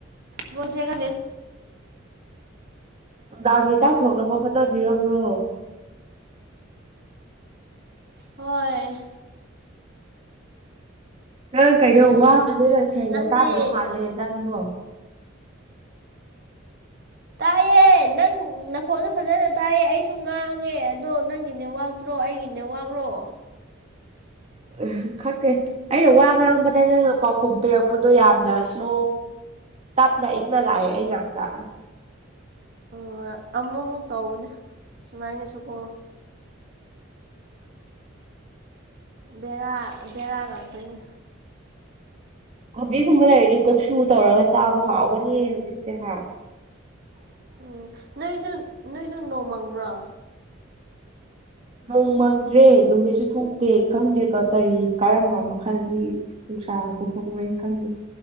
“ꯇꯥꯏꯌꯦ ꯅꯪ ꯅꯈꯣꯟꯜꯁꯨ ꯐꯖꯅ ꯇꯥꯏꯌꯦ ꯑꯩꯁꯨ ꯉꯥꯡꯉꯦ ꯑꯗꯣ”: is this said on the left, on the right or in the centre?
Right